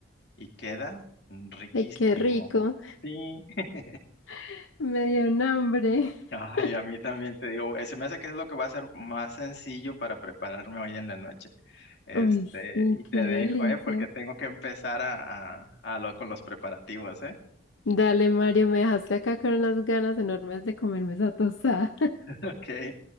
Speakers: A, on the left; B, on the left.
A: y queda riquísimo.
B: Ay, qué rico.
A: Sí. <laughs>
B: <laughs> Me dio un hambre.
A: Ay,
B: <laughs>
A: a mí también te digo, eh, se me hace que es lo que va a ser más sencillo para prepararme hoy en la noche. Este,
B: Uy, sí,
A: y te
B: qué delicia.
A: dejo, ¿eh? Porque tengo que empezar a, a, a lo- con los preparativos, ¿eh? <laughs>
B: Dale, Mario, me dejaste acá con unas ganas enormes de comerme esa tostada.
A: Ok,